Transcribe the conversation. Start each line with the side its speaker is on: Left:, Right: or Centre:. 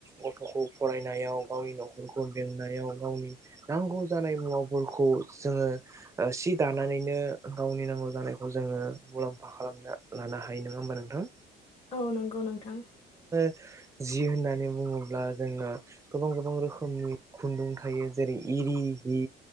Right: गथ'खौ फरायनायाव गावनि न'खरखौ बेंनायाव गावनि नांगौ जानाय मुवाफोरखौ जोंङो सि दानानैनो गावनि नांगौ जानायखौ जोंङो मुलाम्फा खालामना लानो हायो नंङा होमबा नोंथां? थां।
Left: औ नंगौ नोंथां।
Right: जि होननानै बुंङोब्ला जोंङो गोबां गोबां रोखोमनि खुन्दुं थायो जेरै इरि हि,